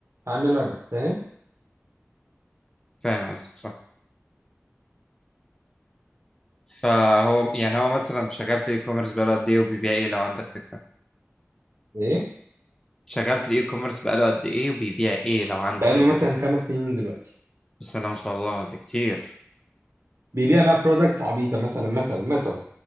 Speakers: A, on the right; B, on the left.
A: هعمله انا فاهم
B: فاهم قصدك صح فهو يعني هو مثلا شغال في الاي كوميرس بقاله قد ايه وبيبيع ايه لو عندك فكره
A: ايه
B: شغال في الاي كوميرس بقاله قد ايه وبيبيع ايه لو عندك
A: بقى له
B: انت
A: مثلا
B: فكره
A: خمس سنين دلوقتي
B: بسم الله ما شاء الله ده كتير
A: بيبيع بقى برودكت عبيطة مثلا مثلا مثلا